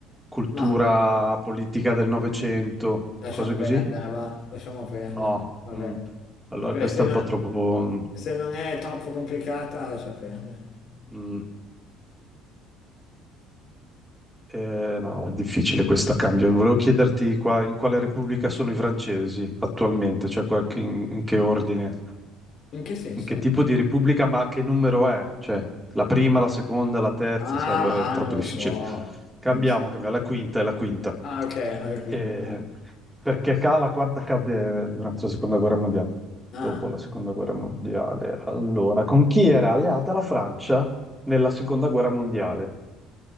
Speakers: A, in the centre; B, on the left.
A: cultura
B: ma
A: politica del Novecento,
B: lasciamo
A: cose
B: perdere,
A: così?
B: va, lasciamo perdere.
A: No.
B: Vabbè,
A: Mm. Allora
B: vabbè,
A: questa
B: se
A: è
B: non,
A: un po' troppo...
B: se non è troppo complicata, lascia perdere.
A: mm. Eh, no, è difficile questa cambio. Volevo chiederti qua in quale repubblica sono i francesi attualmente, cioè qualche- in, in che ordine,
B: In che senso?
A: in che tipo di repubblica, ma che numero è? Cioè, la prima, la seconda, la terza,
B: Ah,
A: sai, è troppo
B: ah, non
A: difficile.
B: lo so.
A: Cambiamo,
B: Non lo so.
A: cambiamo, la quinta è la quinta.
B: Ah, ok, alla quinta.
A: Eh,
B: ah.
A: perché ca- la quarta cadde durante la seconda guerra mondiale.
B: Ah,
A: Dopo la seconda guerra mondiale. Allora, con chi era alleata la Francia nella seconda guerra mondiale?